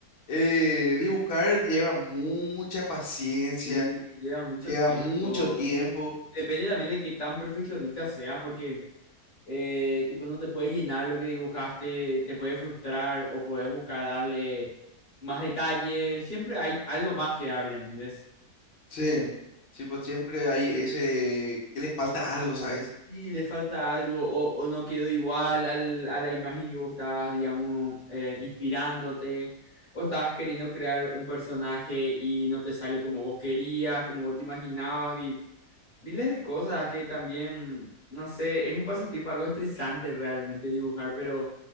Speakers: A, on the left; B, on the left.
A: eh, dibujar lleva mucha paciencia,
B: Sí, lleva mucho
A: lleva
B: tiempo.
A: mucho tiempo,
B: Depende también de qué tan perfeccionista seas, porque eh, tipo no te puede llenar lo que dibujaste, te puede frustrar o puedes buscar darle más detalle. Siempre hay algo más que darle, ¿entendés?
A: sí. Sí, pues siempre hay ese que le falta algo, ¿sabes?
B: Sí, le falta algo o, o no quedó igual al- a la imagen que vos estabas, digamos, eh, inspirándote o estabas queriendo crear un personaje y no te sale como vos querías, como vos te imaginabas y miles de cosas que también, no sé, es un pasatiempo algo estresante realmente dibujar, pero